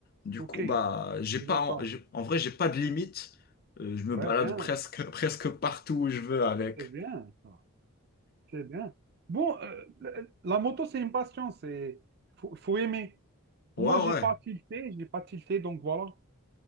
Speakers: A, on the left; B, on the right.
A: Du
B: Ok,
A: coup, bah, j'ai
B: je
A: pas,
B: vois
A: en,
B: ça.
A: j'ai- en vrai, j'ai pas de limite. Euh, je me
B: Ouais,
A: balade
B: bien.
A: presque, <laughs> presque partout où je veux avec.
B: C'est bien, ça. C'est bien. Bon, euh, la, la moto, c'est une passion. C'est. Faut, faut aimer.
A: Ouais,
B: Moi, j'ai
A: ouais.
B: pas tilté, j'ai pas tilté, donc voilà.